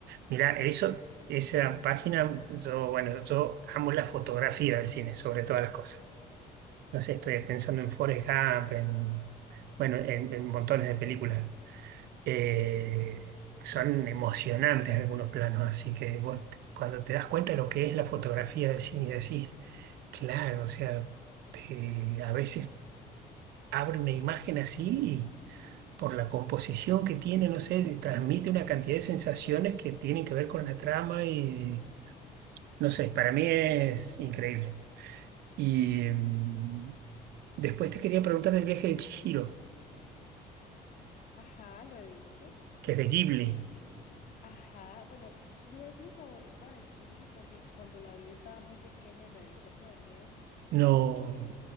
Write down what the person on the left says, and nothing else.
Ajá, lo he visto.
Ajá, bueno, no es mi favorita de Ghibli porque cuando la vi estaba muy pequeña y me dio un poco de miedo
porque,